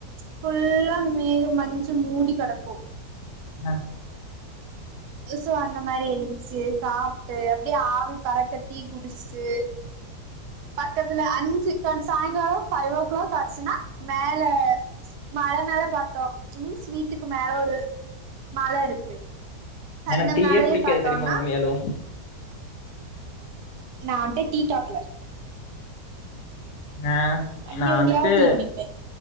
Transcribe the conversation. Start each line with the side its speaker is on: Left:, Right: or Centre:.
Right: ஃபுல்லா மேக மஞ் சூ மூடி கெடக்கு
Left: அ
Right: சோ அந்த மாரி எந்துருச்சு சாப்ட்டு அப்படியே ஆவி பறக்க டீ குடுச்சுட்டு பக்கத்துல அஞ்சு கன் சாங்காலோ ஃபைவ் ஓ கிளாக் ஆச்சுன்னா மேல மல மேல பாத்தோ விச் மீன்ஸ் வீட்டுக்கு மேல ஒரு மல இருக்கு அந்த
Left: எனக்கு டீயே
Right: மலைய
Left: புடிக்காது
Right: பாத்தோன்னா
Left: தெரிமா உண்மையாலு
Right: நா உண்ட டீ கேக்ல
Left: ஆ
Right: வண்டி
Left: நா
Right: வண்டியா
Left: வந்துட்டு
Right: டீ குடிப்பே